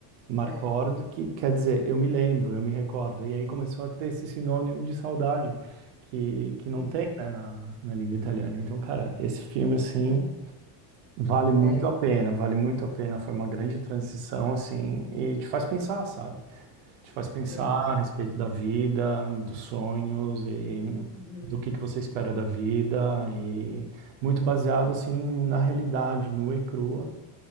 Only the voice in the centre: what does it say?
certo.
Uhum.
É,
sim.
Uhum.